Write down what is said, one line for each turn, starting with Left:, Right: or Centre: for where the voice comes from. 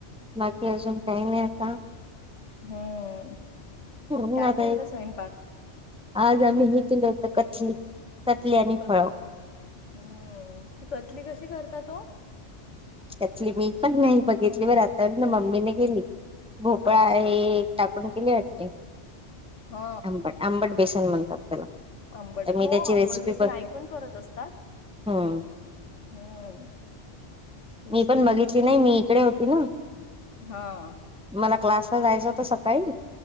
Centre: बाकी अजून काही नाही आता.
Left: हम्म
Centre: हं
Left: काय
Centre: आता
Left: केलत
Centre: हे
Left: स्वयंपाक?
Centre: आज आम्ही हे केलं होतं कटली, कटली आणि
Left: कत
Centre: फळ
Left: हम्म ती कतली कशी करतात हो?
Centre: कतली मी पण नाही बघितली, बर हातानं मम्मीने केली. भोपळा
Left: अच्छा
Centre: आहे टा आपण केली वाटते,
Left: हा
Centre: आंबट आंबट बेसन म्हणतात त्याला.
Left: आंबड,
Centre: आता मी
Left: हो
Centre: त्याची
Left: आंबडवेेसन
Centre: रेसिपी बघ
Left: आई पण करत असतात.
Centre: हं
Left: हम्म तेच
Centre: मी पण
Left: ना
Centre: बघितली नाही, मी इकडे होती ना.
Left: हा.
Centre: मला क्लासला जायचं होत सकाळी,